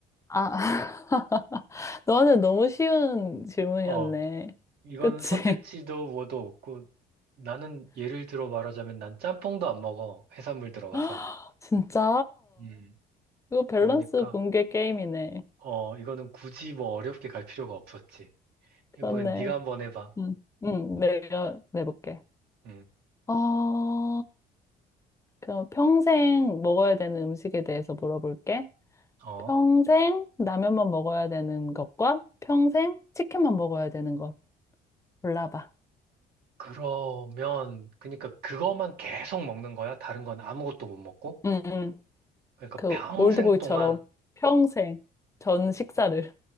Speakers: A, on the left; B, on the right.
A: 아, <laughs> 너는 너무 쉬운 질문이었네.
B: 어, 이거는
A: 그치?
B: 선택지도 뭐도 없고 나는 예를 들어 말하자면 난 짬뽕도 안 먹어. 해산물 들어가서.
A: <laughs> 진짜?
B: 음.
A: 이거 밸런스
B: 그러니까
A: 붕괴 게임이네.
B: 어, 이거는 굳이 뭐 어렵게 갈 필요가 없었지.
A: 그렇네.
B: 이번엔 네가 한번 해봐.
A: 응, 응, 내가 내볼게.
B: 응,
A: 어, 그럼 평생 먹어야 되는 음식에 대해서 물어볼게.
B: 어.
A: 평생 라면만 먹어야 되는 것과 평생 치킨만 먹어야 되는 것 골라봐.
B: 그러면, 그러니까 그것만 계속 먹는 거야? 다른 건 아무것도 못 먹고?
A: 응, 응.
B: 그러니까
A: 그
B: 평생
A: 올드보이처럼
B: 동안
A: 평생 전 식사를.